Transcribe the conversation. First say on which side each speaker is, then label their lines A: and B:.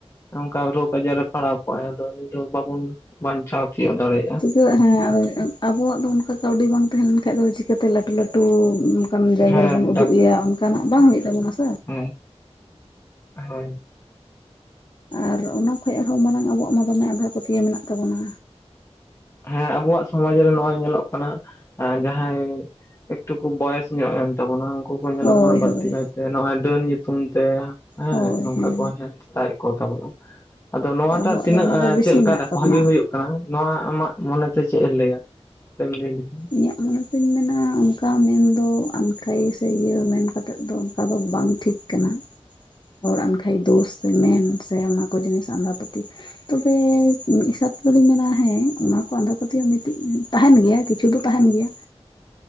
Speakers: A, on the left; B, on the left.
A: ᱚᱱᱠᱟ ᱨᱳᱜᱽ ᱟᱡᱟᱨ ᱨᱮ ᱯᱟᱲᱟᱣ ᱠᱚᱜ-ᱟᱭ ᱟᱫᱚ ᱩᱱᱤ ᱫᱚ ᱵᱟᱵᱚᱱ ᱵᱟᱧᱪᱟᱣ ᱛᱤᱭᱳᱜ ᱫᱟᱲᱮ
B: ᱪᱤᱠᱟᱹᱜ ᱦᱮᱸ ᱟᱵᱚᱣᱟᱜ ᱫᱚ ᱚᱱᱠᱟ ᱠᱟᱹᱣᱰᱤ ᱵᱟᱝ ᱛᱟᱦᱮᱸ ᱞᱮᱱᱠᱷᱟᱱ ᱫᱚ ᱪᱤᱠᱟᱹ ᱛᱮ ᱞᱟᱹᱴᱩ ᱞᱟᱹᱴᱩ ᱚᱱᱠᱟᱱ ᱡᱟᱭᱜᱟ
A: ᱦᱮᱸ
B: ᱨᱮᱵᱚᱱ ᱩᱫᱩᱜ ᱮᱭᱟ ᱚᱱᱠᱟ ᱱᱟᱜ ᱵᱟᱝ ᱦᱩᱭᱩᱜ ᱛᱟᱵᱚᱱᱟ ᱥᱮ
A: ᱦᱩᱸ ᱦᱳᱭ
B: ᱟᱨ ᱚᱱᱟ ᱠᱷᱚᱡ ᱦᱚᱸ ᱢᱟᱨᱟᱝ ᱟᱵᱚᱣᱟᱜ ᱢᱟ ᱫᱚᱢᱮ ᱟᱸᱫᱷᱟ ᱯᱟᱹᱛᱭᱟᱹᱣ ᱢᱮᱱᱟᱜ ᱛᱟᱵᱚᱱᱟ,
A: ᱦᱮᱸ ᱟᱵᱚᱣᱟᱜ ᱥᱚᱢᱟᱡᱽ ᱨᱮ ᱱᱚᱜ-ᱚᱭ ᱧᱮᱞᱚᱜ ᱠᱟᱱᱟ ᱡᱟᱦᱟᱸᱭ, ᱮᱠᱴᱩᱠᱩ ᱵᱚᱭᱮᱥ ᱧᱚᱜ ᱮᱱ ᱛᱟᱵᱚᱱᱟ, ᱩᱱᱠᱩ ᱠᱚ ᱧᱮᱞᱚᱜ
B: ᱦᱳᱭ
A: ᱠᱟᱱᱟ ᱵᱟᱹᱲᱛᱤ
B: ᱦᱳᱭ
A: ᱠᱟᱭᱛᱮ ᱱᱚᱜ-ᱚᱭ ᱰᱟᱹᱱ ᱧᱩᱛᱩᱢ ᱛᱮ ᱦᱮᱸ
B: ᱦᱳᱭ
A: ᱱᱚᱝᱠᱟ
B: ᱦᱮᱸ
A: ᱠᱚ ᱦᱮᱱᱚᱥᱛᱟᱭᱮᱫ ᱠᱚ ᱛᱟᱵᱚᱱᱟ ᱟᱫᱚ ᱱᱚᱣᱟᱴᱟᱜ
B: ᱟᱵᱚᱣᱟᱜ
A: ᱛᱤᱱᱟᱹᱜ
B: ᱫᱚ ᱚᱱᱟ
A: ᱮᱸ
B: ᱫᱚ ᱵᱮᱥᱤ
A: ᱪᱮᱫ ᱞᱮᱠᱟ
B: ᱢᱮᱱᱟᱜ
A: ᱨᱮ
B: ᱛᱟᱵᱚᱱᱟ
A: ᱵᱷᱟᱜᱤ ᱦᱩᱭᱩᱜ, ᱠᱟᱱᱟ ᱱᱚᱣᱟ ᱟᱢᱟᱜ ᱢᱚᱱᱮᱛᱮ ᱪᱮᱫ ᱮ ᱞᱟᱹᱭᱟ ᱠᱟᱴᱤᱡ ᱮᱢᱞᱟᱹᱭ ᱞᱮᱠᱷᱟᱱ,
B: ᱤᱧᱟᱹᱜ ᱢᱚᱱᱮ ᱛᱤᱧ ᱢᱮᱱᱟ, ᱚᱱᱠᱟ ᱢᱮᱱᱫᱚ ᱟᱱᱠᱷᱟᱹᱭ ᱥᱮ ᱤᱭᱟᱹ ᱢᱮᱱ ᱠᱟᱛᱮᱫ ᱫᱚ ᱚᱱᱠᱟ ᱫᱚ ᱵᱟᱝ ᱴᱷᱤᱠ ᱠᱟᱱᱟ, ᱦᱚᱲ ᱟᱱᱠᱷᱟᱭ ᱫᱳᱥ ᱥᱮ ᱢᱮᱱ ᱥᱮ ᱚᱱᱟ ᱠᱚ ᱡᱤᱱᱤᱥ ᱟᱸᱫᱷᱟ ᱯᱟᱹᱛᱭᱟᱹᱣ, ᱛᱚᱵᱮ ᱢᱤᱫ ᱦᱤᱥᱟᱹᱵ ᱛᱮᱫᱚᱞᱤᱧ ᱢᱮᱱᱟ ᱦᱮᱸ ᱚᱱᱟ ᱠᱚ ᱟᱸᱫᱷᱟ ᱯᱟᱹᱛᱭᱟᱹᱣ ᱢᱤᱫᱴᱤᱡ ᱛᱟᱦᱮᱱ ᱜᱮᱭᱟ ᱠᱤᱪᱷᱩ ᱫᱚ ᱛᱟᱦᱮᱸᱱ ᱜᱮᱭᱟ,